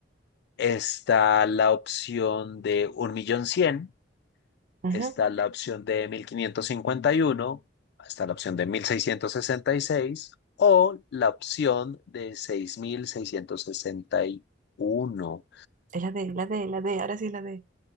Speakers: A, on the left (about 60°); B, on the right (about 45°).
A: está la opción de un millón cien
B: Ujú,
A: está la opción de mil quinientos cincuenta y uno está la opción de mil seiscientos sesenta y seis o la opción de seis mil seiscientos sesenta y uno.
B: Es la D, la D, la D, ahora sí es la D.